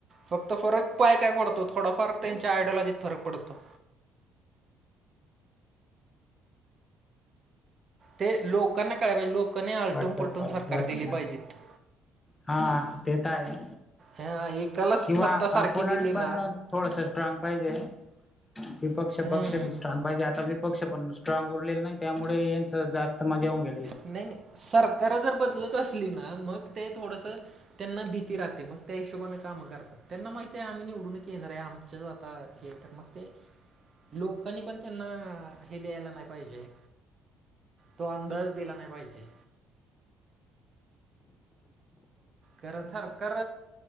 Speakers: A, on the right; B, on the left.
A: फक्त फरक पाय काय पडतो थोडाफार त्यांच्या आयडिलॉजीत फरक पडतो. ते लोकांना कळाय पाहिजे. लोकांनी आलटून
B: व्हॉट्सअप
A: पलटून
B: कॉल
A: सरकार
B: व्हॉट्सअप
A: दिले
B: मेसेज
A: पाहिजेत.
B: हा ते तर आहे.
A: हा एकाला सत्ता
B: किंवा
A: सारखी
B: अपोन
A: दिली ना
B: पण थोडस स्ट्रॉग पाहिजे. विपक्ष
A: हम्म
B: पक्ष बी
A: हम्म
B: स्ट्रॉंग पाहिजे. आता विपक्ष पण स्ट्रांग उरलेलं नाही त्यामुळेच यांच जास्त मजाऊन गेली आहे.
A: नाही नाही सरकार जर बदलत असली ना, मग ते थोडंसं त्यांना भीती राहते, मग त्या हिशोबाने काम करतात. त्यांना माहितेय आम्ही निवडूनच येणार आहे. आमचं आता हे तर मग ते लोकांनी पण त्यांना हे द्यायला नाही पाहिजे तो अंदाज दिला नाही पाहिजे. कारण सरकार